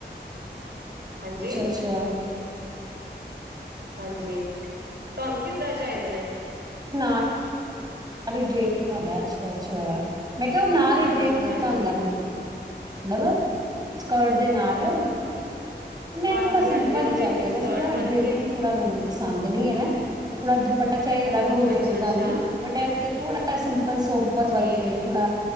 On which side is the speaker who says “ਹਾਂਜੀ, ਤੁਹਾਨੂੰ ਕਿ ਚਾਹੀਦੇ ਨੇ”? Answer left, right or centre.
Right